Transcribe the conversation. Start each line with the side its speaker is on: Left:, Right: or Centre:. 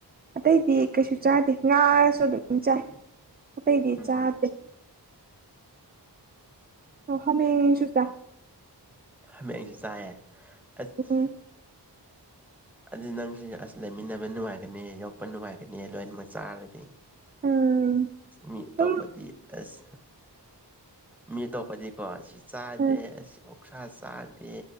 Right: ꯑꯇꯩꯗꯤ ꯀꯩꯁꯨ ꯆꯥꯗꯦ ꯉꯥꯁꯨ ꯑꯗꯨꯝ ꯆꯥꯏ ꯑꯇꯩꯗꯤ
Centre: ꯎꯝ
Right: ꯆꯥꯗꯦ ꯑꯣ ꯍꯥꯃꯦꯁꯨ ꯆꯥꯢ
Centre: ꯍꯥꯃꯦꯡ ꯁꯨ ꯆꯥꯏꯌꯦ ꯑꯁ
Right: ꯎꯝ <inaudible>
Centre: ꯑꯗꯨ ꯅꯪꯁ ꯑꯁ ꯂꯩꯃꯤꯟꯅꯕ ꯅꯨꯡꯉꯥꯏꯒꯅꯤ ꯌꯣꯛꯄ ꯅꯨꯡꯉꯥꯏꯒꯅꯤ ꯂꯣꯏꯅꯃꯛ ꯆꯥꯔꯗꯤ
Right: ꯎꯝ
Centre: ꯃꯤ ꯑꯇꯣꯞꯄꯗꯤ
Right: ꯑꯗꯨꯝ
Centre: ꯑꯁ ꯃꯤ ꯑꯇꯣꯞꯄꯗꯤꯀꯣ ꯁꯤ ꯆꯥꯗꯦ
Right: ꯎꯝ
Centre: ꯑꯁꯤ ꯑꯣꯛꯁ꯭ꯔꯥ ꯆꯥꯗꯦ